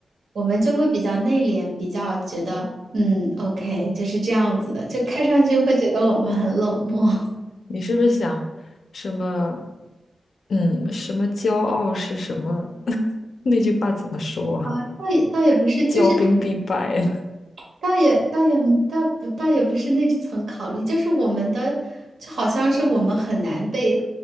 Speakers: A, on the right (about 90°); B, on the left (about 65°).
A: 我们就会比较内敛，比较觉得，嗯，OK，就是这样子的，就看上去会觉得我们很冷漠。<laughs>
B: 你是不是想什么？嗯，什么骄傲是什么？<laughs> 那句话怎么说啊
A: 啊，倒也倒也不是，就是他。
B: 骄兵必败啊。
A: 倒也倒也倒不倒也不是那层考虑，就是我们的，就好像是我们很难被